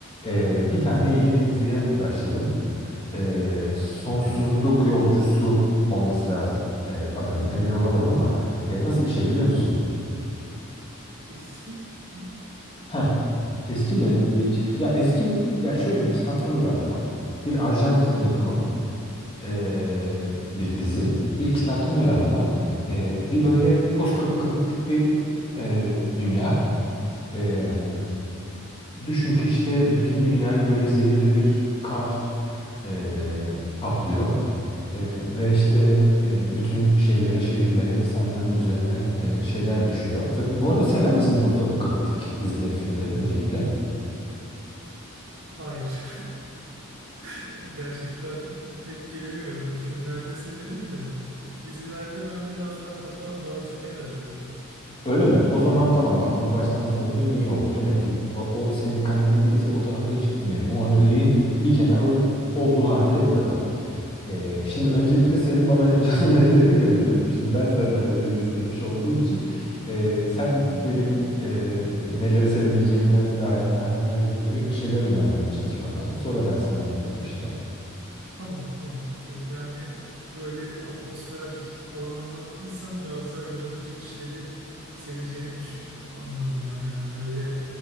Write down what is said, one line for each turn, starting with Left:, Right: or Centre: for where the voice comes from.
Left: e, bir tane yeni bir diziye başladım. Ee, Sonsuzluk
Right: Türk mü yabancı mı?
Left: Yolcusu olması lazım e, adının
Right: Hmm.
Left: emin olamadım ama e, nasıl
Right: Büyük
Left: bir şey
Right: ihtimal
Left: biliyor
Right: yabancı.
Left: musun?
Right: Eski mi?
Left: Ha, eski mi bir ya eski mi ya şöyle bir kitaptan uyarlama. Bir Arjantin yapımı eee, bir dizi, bir kitaptan uyarlama. Eee, bir böyle postapokaliptik bir eee, dünya. Eee, düşün ki işte bütün dünyayı böyle zehirli bir kar eee, kaplıyor. Eee, ve
Right: Evet.
Left: işte eee, bütün şeylere, şehirlere, insanların üzerine eee, şeyler düşüyor. E, bu arada sever misin postapokaliptik dizileri, filmleri öncelikle?
Right: Hayır. <laughs> Gerçekten pek gelemiyorum. Filmlerde severim de dizilerde ben biraz daha kafa dağıtmayı arıyorum.
Left: Öyle mi? O zaman tamam bak bunu baştan sorduğum iyi oldu. Demek ki o, o senin kalemin değilse o tarafa hiç gitmeyelim. O öneriyi bir kenara o- olduğu haliyle bırakalım. Ee, şimdi öncelikle senin bana yapacağın <laughs> önerilere geri dönelim. Şimdi ben senden öneri istemiş olduğum için e, sen benim e, neleri sevebileceğime dair tahminler yürüterek bir şeyler önermeye çalış bakalım. Sonra ben sana anlatırım bir şeyler.
Right: Tamam tamam. Ee, yani böyle atmosfer falan anlattıysan biraz daha yaratıcı işleri seveceğini düş- anladım ben. Yani böyle